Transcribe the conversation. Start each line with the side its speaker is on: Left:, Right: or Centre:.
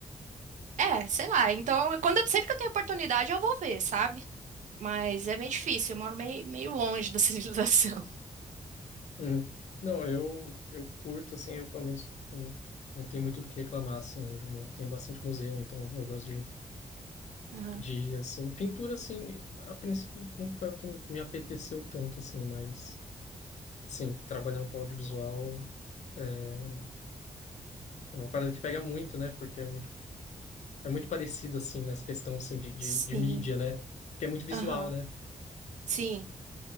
Right: É, sei lá. Então, eu- quando eu- sempre que eu tenho oportunidade, eu vou ver, sabe? Mas é meio difícil. Eu moro meio, meio longe da civilização. <laughs>
Left: uhum. Não, eu, eu curto, assim, eu pelo menos hum, não tenho muito do que reclamar, assim, onde eu moro. Tem bastante museu, então eu gosto de
Right: Aham.
Left: de, assim, pintura, assim, a princípio não foi o que me apeteceu tanto, assim, mas, sim, trabalhando com audiovisual é é uma parada que pega muito, né, porque é muito, é muito parecido, assim, nessa questão, assim, de, de,
Right: Sim.
Left: de mídia, né, porque é muito visual,
Right: Aham.
Left: né.
Right: Sim.